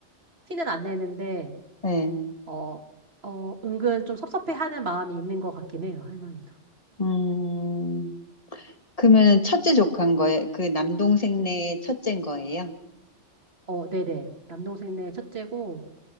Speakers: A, on the right (about 55°); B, on the left (about 30°).
A: 티는 안 내는데
B: 네.
A: 어, 어, 은근 좀 섭섭해하는 마음이 있는 것 같긴 해요, 할머니도.
B: 음. 그러면 첫째 조카인 거예요? 그 남동생네 첫째인 거예요?
A: 어, 네네. 남동생네 첫째고,